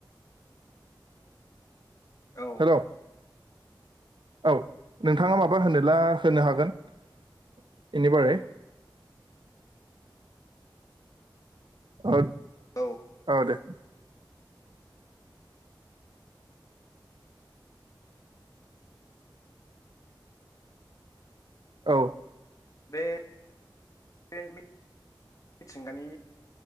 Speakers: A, on the left; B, on the right.
A: औ
B: हेलौ औ नोंथाङा माबा होनोब्ला होननो हागोन बेनिबारै आ
A: औ
B: औ दे औ
A: बे <unintelligible> मिथिगानि